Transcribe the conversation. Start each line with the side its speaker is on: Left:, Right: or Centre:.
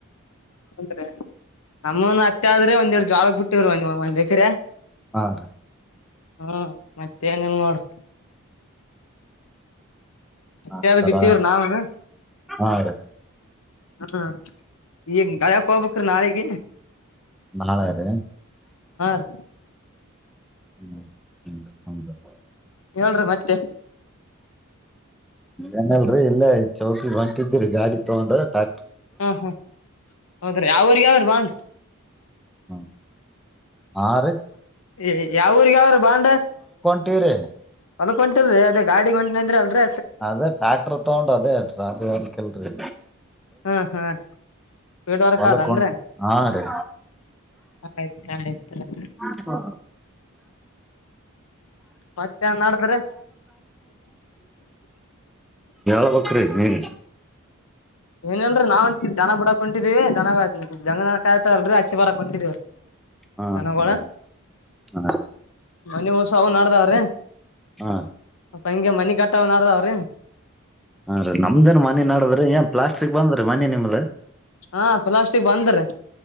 Left: ಹನ್ರೀ ನಮ್ಮನು ಅತ್ತೆ ಆದ್ರೆ ಒಂದೆರಡ್ ಜ್ವಳಾಕ್ ಬಿಟ್ಟಿವ್ರಿ ಒಂದ್ ಎಕ್ರೆ.
Centre: ಹ ರೀ
Left: ಹಾ ಮತ್ತೇ ಏನೆಲ್ ನೋಡ್
Centre: ಆ
Left: ಎಷ್ಟದ
Centre: ತರ
Left: ಬಿತ್ತೀವ್ರ್ ನಾವನ.
Centre: ಹಾ ರೀ
Left: ಹ್ಮ ಈಗ್ ಗಳಕ್ ಹೋಗಬೇಕ್ರೀ ನಾಳಿಗೆ.
Centre: ಮನಳ ರೀ
Left: ರೀ
Centre: ಹ್ಮ್ ಹ್ಮ್ <unintelligible>
Left: ಹೇಳ್ರಿ ಮತ್ತೆ.
Centre: ಏನಲ್ರಿ ಇಲ್ಲೇ ಚೌಕಿ ಬಂತಿದಿರಿ ಗಾಡಿ ತಗೊಂಡ ಟಾ
Left: ಹಾ ಹಾ ಹೌದ್ರೀ ಅವವ್ರ್ ಯಾವ ಬಂದ್
Centre: ಹ್ಮ ಆ ರೀ
Left: ಏ ಯಾವಊ್ರಗ ಯಾವ್ರ ಬಾಂಡ.
Centre: ಟಿವ್ರಿ.
Left: ಹೊಲಕ್ ಹೊಂಟರೀ ಅದ ಗಾಡಿ ಗಂಟ್ ನಿಂದ್ರಲ್ರಿ
Centre: ಅದೇ ಟ್ಯಾಕ್ಟರ್ ತಗೊಂಡು ಅದೇ <unintelligible> ಎಲ್ರಿ
Left: ಹ್ಮ ಹಾ ಸ್ೀಡ್ ವರ್ಕ್
Centre: ಹೊಲಕ್
Left: ಅದನ್್ರ
Centre: ಹೊಂಟ್ ಹಾ ರೀ
Left: ಆಯ್ತ ಆಯ್ತ ಹ್ಮ್ಮ್.
Centre: ಹ
Left: ಮತ್ತೇನ್ ನಡದ್ರಿ
Centre: ಬ್ರ ಹ್ಮ್
Left: ಏನೇಲ್ರೀ ನಾವಂತ ಜನ ಬಡಾಕ್ ಕುಂಟಿರಿ ಜನ ಜಂಗದನ ಕಾಯ್ತ ಅಲ್ರರಿ ಇ ಬ ಕೊಿದ್ದ
Centre: ಹಾ
Left: ಕನ
Centre: ಹ್ಮ್
Left: ಬ
Centre: ಹಾ
Left: ಮನೆ ಹಸ ಅವ ನಡ್ದಾವ್ರೆ
Centre: ಹ
Left: ಹಂಗೆ ಮನಿ ಕಟ್ಟ ನಡದಾವ್ರೀ
Centre: ಹಾ ರೀ ನಮ್ದೇನ್ ಮನಿ ನಡದ್ರಿ ಏನ್ ಪ್ಲಾಸ್ಟಿಕ್ ಬಂದ್ರೀ ಮನಿ ನಿಮ್ದ.
Left: ಹಾ ಪ್ಲಾಸ್ಟಿಕ್ ಬಂದ್ರೀ